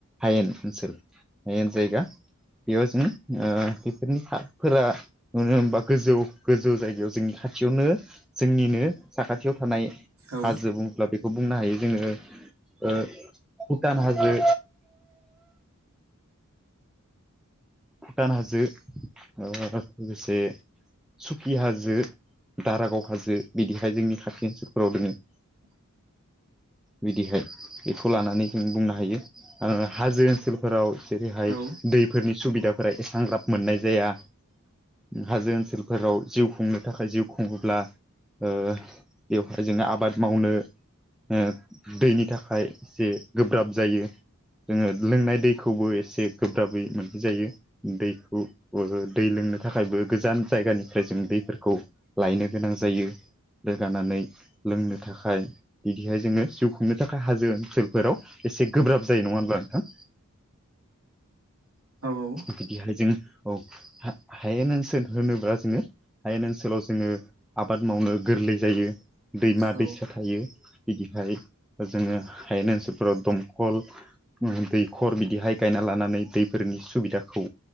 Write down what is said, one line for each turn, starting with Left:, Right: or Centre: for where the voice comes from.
Centre: हायेन ओनसोल हायेन जायगा। बेयाव जों ओ बेफोरनि फा फोरा मानो होनबा गोजौ गोजौ जायगायाव जोंनि खाथियावनो जोंनिनो साखाथियाव थानाय
Right: औ
Centre: हाजो बुंब्ला बे बेखौ बुंनो हायो जोङो ओ भुटान हाजो। भुटान हाजो ओ लोगोसे सुकि हाजो, दारागाव हाजो बिदिहाय जोंनि खाथि ओनसोलफोराव दोङो।
Right: <inaudible>
Centre: बिदिहाय बेखौ लानानै जों बुंनो हायो ओ हाजो ओनसोलफोराव जेरैहाय
Right: औ
Centre: दैफोरनि सुबिदाफोरा एसां ग्राब मोननाय जाया। उम हाजो ओनसोलफोराव जिउ खुंनो थाखाय जिउ खुङोब्ला ओ बेवहाय जोङो आबाद मावनो ओ दैनि थाखाय एसे गोब्राब जायो। जोङो लोंनाय दैखौबो एसे गोब्राबै मोन्नाय जायो। दैखौ ओ दै लोंनो थाखायबो गोजान जायगानिफ्राय जों दैफोरखौ लायनो गोनां गोनां जायो। रोगानानै लोंनो थाखाय बिदिहाय जोङो जिउ खुंनो थाखाय हाजो ओनसोल फोराव एसे गोब्राब जायो नङा होनब्ला नोंथां
Right: औ औ
Centre: बिदिहाय जों औ हायेन ओनसोल होनोब्ला जोङो हायेन ओनसोलाव जोङो आबाद मावनो गोरलै जायो दैमा
Right: औ
Centre: दैसा थायो बिदिहाय जोङो हायेन ओनसोलफोराव दमखल दैखर बिदिहाय गायना लानानै दैफोरनि सुबिदाखौ